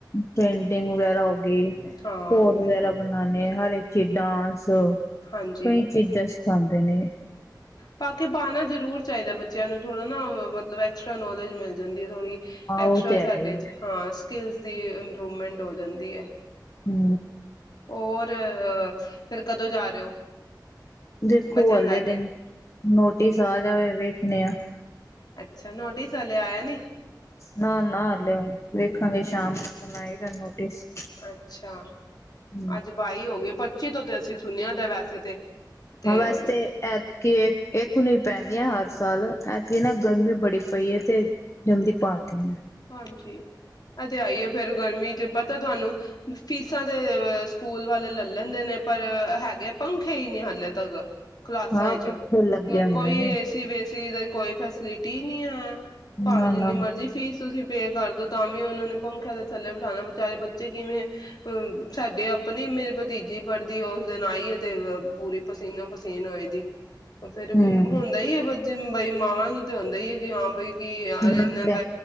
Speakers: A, on the left; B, on the left.
A: ਪੇਂਟਿੰਗ ਵਗੈਰਾ ਹੋ ਘੋਰ
B: ਹਾਂ ਬਿਲਕੁਲ
A: ਵਗੈਰਾ ਬਣਾਉਣ, ਹਰ ਇੱਕ ਖੇ ਡਾਂਸ
B: ਹਾਂਜੀ
A: ਕਈ ਚੀਜ਼ ਸਿਖਾਂ ਦਿਨੇ,
B: ਬਾਕੀ ਪਾਣਾ ਜਰੂਰ ਚਾਹੀਦਾ, ਬੱਚਿਆਂ ਨੂੰ ਥੋੜਾ ਨਾ ਮਤਲਬ ਐਕਸਟਰਾ ਨੋਲੇਜ ਮਿਲ। ਜਾਂਦੀ ਹੈ, ਥੋੜ੍ਹੀ
A: ਹਾਂ
B: ਐਕਸਟਰਾ
A: ਉਹ ਤੇ
B: ਸਾਡੇ
A: ਹੈ ਹੀ
B: ਚ' ਹਾਂ ਸਕਿਲ ਦੀ ਇੰਪਰੂਵਮੈਂਟ ਹੋ ਜਾਂਦੀ ਹੈ,
A: ਹੁੰ,
B: ਔਰ, ਫਿਰ ਕਦੋਂ ਜਾ ਰਹੇ ਹੋ,
A: ਦੇਖੋ
B: ਬੱਚਿਆਂ
A: ਅਲੇ
B: ਨੂੰ ਲੈ ਕੇ
A: ਤੇ ਨੋਟਿਸ ਆ ਜਾਵੇ, ਵੇਖ ਕਿਨਹੇ ਆ,
B: ਅੱਛਾ ਨੋਟਿਸ ਹਲੇੇ ਆਇਆ ਨੀ,
A: ਨਾ-ਨਾ, ਲ ਵੇਖਾਂਗੇ ਸ਼ਾਮ ਤੱਕ ਆਏਗਾ ਨੋਟਿਸ
B: ਅੱਛਾ
A: ਹੁੰ
B: ਅੱਜ ਬਾਈ ਹੋ ਗਏ ਪੱਚੀ ਤੋਂ ਤੇ ਅਸੀਂ ਤੁਥੀਆ ਤਾਂ ਵੈਸੇ ਤੇ ਤੇ
A: ਹ ਵਾਸਤੇ ਐਤਕੀ ਇਕ ਨੀ <unintelligible> ਪੈਂਦੀਆਂ, ਹਰ ਸਾਲ ਐਤਕੀ ਨਾ ਗਰਮੀ ਬੜੀ ਪਈ ਹੈ ਤੇ ਜਮਦੀ ਪਾ ਤੀ ਨੇ,
B: ਹਾਂਜੀ, ਇਹ ਤਾਂ ਹੈ ਹੀ ਏ ਫ਼ੇਰ ਗਰਮੀ ਤੇ ਪਤਾ ਤੁਹਾਨੂੰ ਫੀਸਾਂ ਦੇ ਸਕੂਲ ਵਾਲੇ ਲੈ ਲੈਂਦੇ ਨੇ। ਪਰ ਹੈਗੇ ਪੰਖੇ ਹੀ ਨਹੀਂ ਹਾਲੇ ਤੱਕ। ਕਲਾਸਾਂ
A: ਹਾਂ
B: ਐਚ
A: ਪੱਖੇ ਲੱਗੇ
B: ਹੁਣ
A: ਹੁੰਦੇ
B: ਕੋਈ
A: ਨੇ
B: ਏਸੀ ਵੇ ਤਾਂ ਕੋਈ ਫੈਸਿਲਿਟੀ ਨਹੀਂ ਆ ਭਾਵੇਂ
A: ਨਾ
B: ਜਿੰਨੀ
A: ਨਾ
B: ਮਰਜ਼ੀ ਫੀਸ ਤੁਸੀਂ ਪੇ ਕਰਦੋ ਤਾਂ ਵੀ ਉਹਨਾਂ ਨੇ ਪੰਖਿਆਂ ਦੇ ਥੱਲੇ ਬਿਠਾਣਾ ਵਿਚਾਰੇ ਬੱਚੇ ਕਿਵੇਂ ਅ ਸਾਡੇ ਆਪਣੇ ਮੇਰੇ ਭਤੀਜੀ ਫੜ੍ਹਦੀ ਉਸ ਦਿਨ ਆਈਏ ਤੇ ਪੂਰੀ ਪਸੀਨੋ ਪਸੀਨ ਹੋਏ ਦੀ ਫ਼ੇਰ ਹੁੰਦਾ
A: ਹਮ
B: ਹੀ ਆ ਬਚ ਜੈ ਬਾਏਮਆਨ ਤੇ ਹੁੰਦਾ ਹੀ ਹੈ ਕਿ ਹਾਂ ਬਈ ਕੀ ਯਾਰ ਇੰਨਾ
A: ਗੱਲ ਤੇ